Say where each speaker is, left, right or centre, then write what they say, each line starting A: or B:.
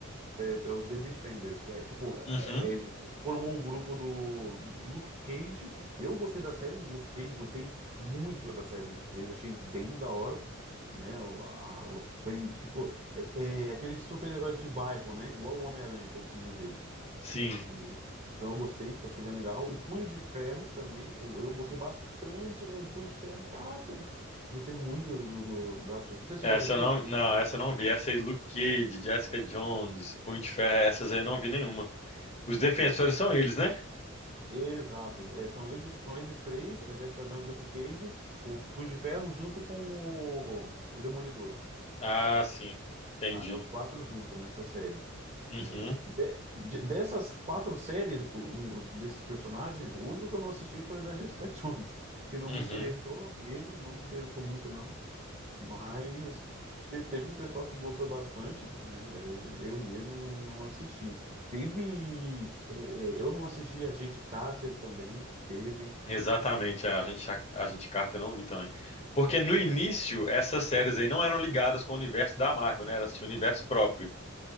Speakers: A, on the right (about 35°); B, on the left (about 30°).
A: é, é os The Defenders, que é tipo, é,
B: Uhum,
A: é- formou o grupo do, do Luke Cage. Eu gostei da série do Luke Cage, gostei muito da série do Luke Cage, achei bem da hora, né? O- a- o- foi tipo, é, é aqueles super-heróis de bairro, né? Igual o Homem-Aranha, por assim dizer.
B: sim.
A: né? Então eu gostei, porque eu achei bem legal. O Punho de Ferro também, eu, eu gostei bastante, velho, do Punho de Ferro. Caraca, gostei muito do, do- do- da. Você chegou
B: Essa
A: a assistir
B: eu não,
A: o
B: não, essa eu não vi. Essa aí, Luke Cage, Jessica Jones, Punho de Ferro, essas aí eu não vi nenhuma. Os defensores
A: Punho?
B: são eles, né?
A: Exato. É, são eles, são eles três, a Jessica Jones, o Cage, o Punho de Ferro junto com o, o Demolidor.
B: Ah, sim. Entendi.
A: Tá, é os quatro juntos nessa série.
B: Uhum,
A: né? De- de- dessas quatro séries, o- o- desses personagens, o único que eu não assisti foi o da Jessica <laughs> Jones, que não
B: uhum.
A: me interessou mesmo, não me interessou muito não, mas te- teve um pessoal que gostou bastante, né? Eu, eu mesmo não, não assisti. Teve, é, é, eu não assisti a Agente Carter também, teve.
B: Exatamente, a gente, a gente Carter eu não vi também. Porque no
A: É.
B: início, essas séries aí não eram ligadas com o universo da Marvel, né? Elas tinham universo próprio,